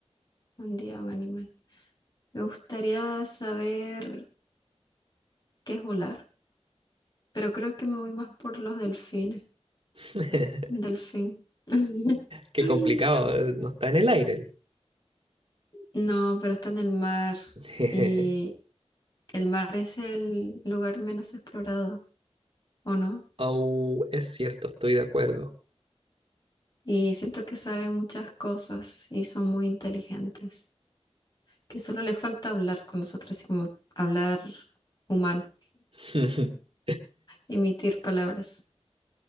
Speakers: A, on the left (about 40°); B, on the right (about 55°).
A: un día un animal. Me gustaría saber qué es volar, pero creo que me voy más por los delfines.
B: <laughs>
A: Un delfín. <laughs>
B: Qué complicado, eh, no está en el aire. el-
A: No, pero está en el mar
B: <laughs>
A: y el mar es el lugar menos explorado, ¿o no?
B: Oh, es cierto, estoy de acuerdo.
A: Y siento que saben muchas cosas y son muy inteligentes, que solo le falta hablar con nosotros, así como hablar humano.
B: <laughs>
A: emitir palabras.